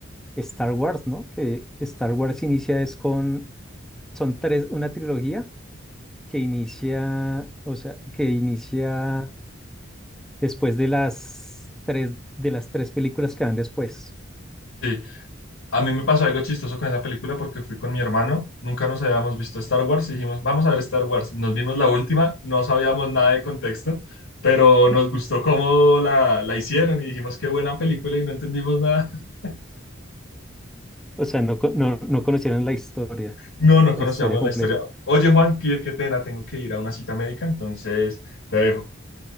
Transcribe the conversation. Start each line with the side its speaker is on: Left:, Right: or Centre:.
Centre: Star Wars, ¿no? Que Star Wars inicia es con, son tres, una trilogía que inicia, o sea, que inicia después de las tres, de las tres películas que van después.
Left: Sí, A mí me pasó algo chistoso con esa película porque fui con mi hermano, nunca nos habíamos visto Star Wars y dijimos, vamos a ver Star Wars. Nos vimos la última, no sabíamos nada de contexto, pero nos
Centre: <clears throat>
Left: gustó cómo la, la hicieron y dijimos, qué buena película y no entendimos nada. <laughs>
Centre: O sea, no, co- no, no conocieron la historia,
Left: No, no
Centre: la
Left: conocíamos
Centre: historia completa.
Left: la historia. Oye, Juan, qué, qué pena, tengo que ir a una cita médica, entonces te dejo.